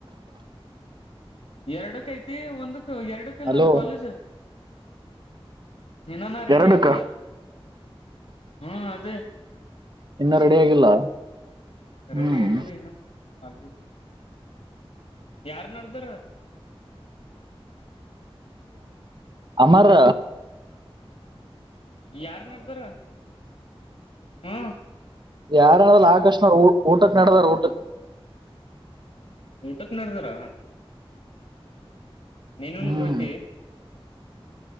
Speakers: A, on the left (about 80°); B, on the right (about 50°).
A: ಎರಡಕ್ಕ ಐತಿ ಒಂದಕ್ ಎರಡಕ್ಕೆಲ್ಲ
B: ಹಲೋ
A: ಕಾಲೇಜ್ ಇನ್ ನಾನ ರೆಡಿ
B: ಎರಡಕ್ಕ
A: ಆಗಿಲ್ಲ ಹ್ಮ ಅದೇ
B: ಇನ್ನೂ ರೆಡಿ ಆಗಿಲ್ಲ? ಹ್ಮ್
A: ರೆಡಿ ಆಗಿಲ್ಲ ಇನ್ನು ಹಾಗಬೇಕು ಯಾರ್ ನಡದಾರ
B: ಅಮಾರ್
A: ಯಾರ್ ನಡದಾರ ಹ್ಮ
B: ಯಾರನಾರ್ರೂ ಆಕರ್ಷಣ ಊಟಕ್ ನಡ್ದಾರ ಊಟ
A: ಊಟಕ್ ನಡದಾರ ನೀನುನ್
B: ಹ್ಮ್
A: ಹೋಯ್ತಿ